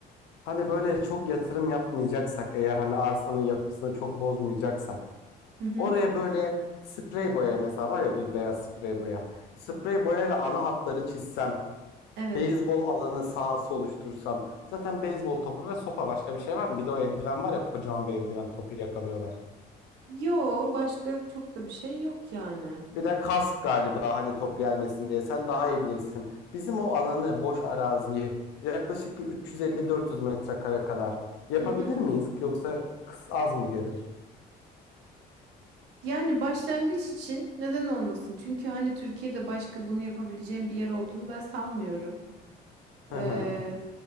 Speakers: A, on the left; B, on the right.
A: Hani böyle çok yatırım yapmayacaksak eğer hani arsanın yapısını çok bozmayacaksak
B: Hı hı.
A: Oraya böyle sprey boya mesela var ya bu beyaz sprey boya. Sprey boyayla ana hatları çizsem,
B: Evet.
A: beyzbol alanı sahası oluştursam. Zaten beyzbol topu ve sopa başka bir şey var mı? Bir de o eldiven var ya kocaman bir eldiven topu yakalıyorlar.
B: Yo, başka çok da bir şey yok yani.
A: Bir de kask galiba hani top gelmesin diye. Sen daha iyi bilirsin. Bizim o alanı, boş araziyi yaklaşık bir 350-400 metrekare kadar yapabilir
B: Hı hı.
A: miyiz? Yoksa kız az mı gelir?
B: Yani başlangıç için neden olmasın? Çünkü hani Türkiye'de başka bunu yapabileceğim bir yer olduğunu ben sanmıyorum.
A: Hı
B: Ee,
A: hı.